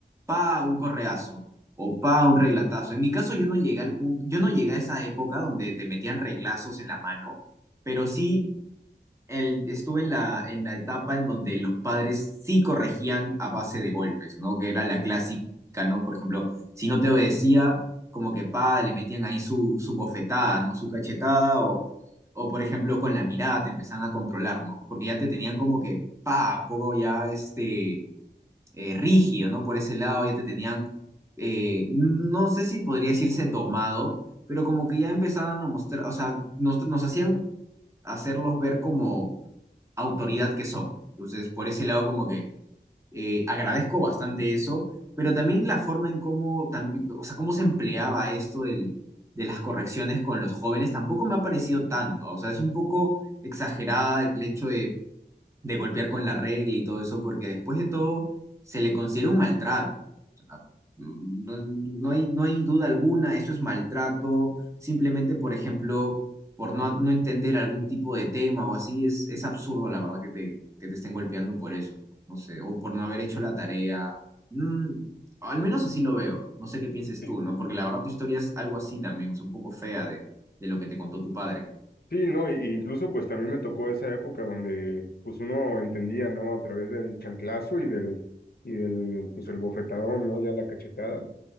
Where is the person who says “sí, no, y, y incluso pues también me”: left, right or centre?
Left